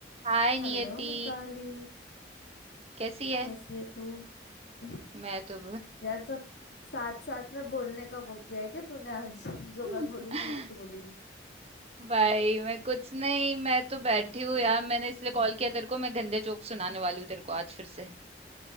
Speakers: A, on the right; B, on the left.
A: हाय
B: Hello
A: नियति
B: Mitali
A: कैसी है
B: कैसी है तू <laughs>
A: मैं तो
B: यार सब साथ साथ में बोलने का वो किया है क्या तूने आज <laughs> जो
A: <laughs>
B: मैं बोलूंगी वो तू बोलेगी
A: भाई मैं कुछ नहीं मैं तो बैठी हूँ यार मैंने इसलिए कॉल किया तेरे को मैं गंदे जोक सुनाने वाली हूँ तेरे को आज फिर से